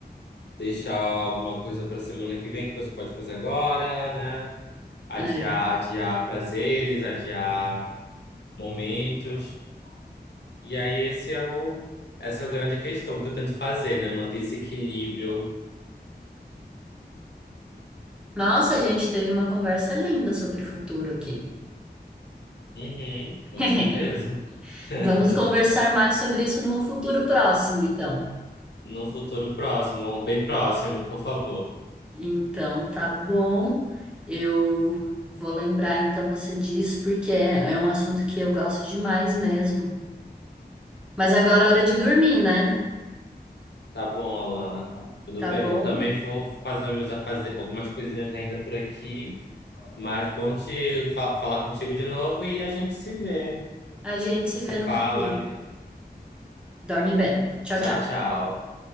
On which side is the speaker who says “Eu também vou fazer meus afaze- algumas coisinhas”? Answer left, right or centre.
Left